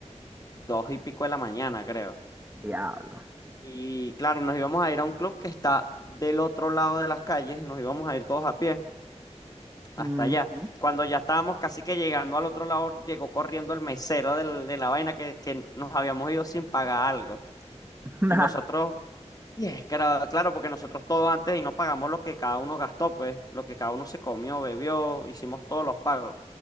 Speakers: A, on the left; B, on the right.
A: dos y pico de la mañana, creo.
B: Diablo.
A: Y claro, nos íbamos a ir a un club que está del otro lado de las calles, nos íbamos a ir todos a pie hasta
B: Ujú.
A: allá.
B: <laughs>
A: Cuando ya estábamos casi que llegando al otro lado, llegó corriendo el mesero del- de la vaina que, que nos habíamos ido sin pagar algo.
B: Nah,
A: Y nosotros Y es que era- claro, porque nosotros todo antes y no pagamos lo que cada uno gastó, pues, lo que cada uno se comió, bebió, hicimos todos los pagos.